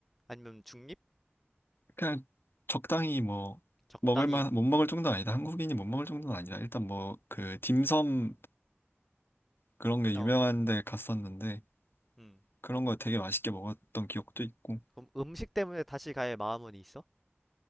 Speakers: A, in the centre; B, on the left.
A: 아니면 중립?
B: 그냥 적당히 뭐
A: 적당히,
B: 먹을 만 못 먹을 정도는 아니다 한국인이 못 먹을 정도는 아니다 일단 뭐 그 딤섬 그런 게
A: 어.
B: 유명한 데 갔었는데
A: 음.
B: 그런 거 되게 맛있게 먹었던 기억도 있고
A: 그럼 음식 때문에 다시 갈 마음은 있어?